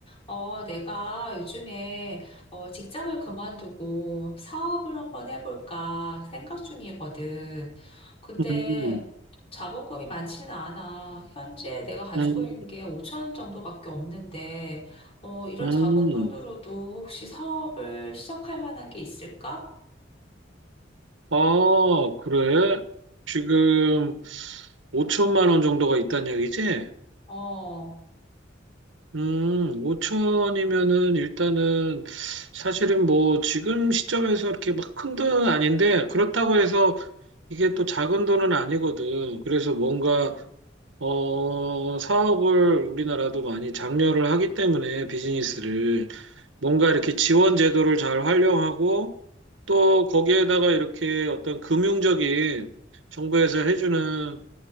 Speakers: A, on the left (about 30°); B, on the right (about 85°).
A: 어, 내가 요즘에 어, 직장을 그만두고 사업을 한번 해볼까 생각 중이거든. 근데
B: 음,
A: 자본금이 많지는 않아. 현재 내가 가지고
B: 음,
A: 있는 게 5천 원 정도밖에 없는데, 어, 이런
B: 음.
A: 작은 돈으로도 혹시 사업을 시작할 만한 게 있을까?
B: 아, 그래? 지금 5천만 원 정도가 있다는 얘기지?
A: 어,
B: 음, 5천이면은 일단은 사실은 뭐 지금 시점에서 이렇게 막 큰 돈은 아닌데 그렇다고 해서 이게 또 작은 돈은 아니거든. 그래서 뭔가 어, 사업을 우리나라도 많이 장려를 하기 때문에 비즈니스를 뭔가 이렇게 지원 제도를 잘 활용하고 또 거기에다가 이렇게 어떤 금융적인 정부에서 해주는